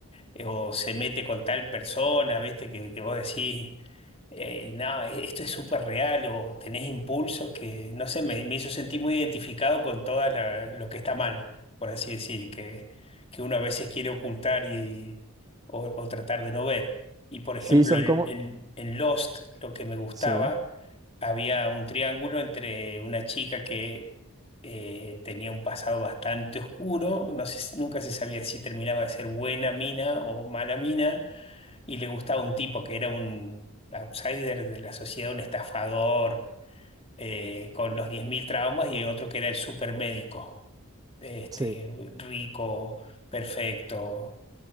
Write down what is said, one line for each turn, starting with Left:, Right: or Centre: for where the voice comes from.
Left: eh, o se mete con tal persona, ¿viste? Que, que vos decís, eh, no, e- esto es súper real o tenés impulsos que, no sé, me, me hizo sentir muy identificado con todo lo que está mal, por así decir, que, que uno a veces quiere ocultar y, o, o tratar de no ver. Y por ejemplo,
Right: Sí, son
Left: en,
Right: como,
Left: en en Lost, lo que me gustaba
Right: sí,
Left: había un triángulo entre una chica que eh, tenía un pasado bastante oscuro, no sé- si- nunca se sabía si terminaba de ser buena mina o mala mina, y le gustaba un tipo que era un outsider de la sociedad, un estafador eh, con los 10.000 traumas, y otro que era el supermédico, este,
Right: sí,
Left: rico, perfecto,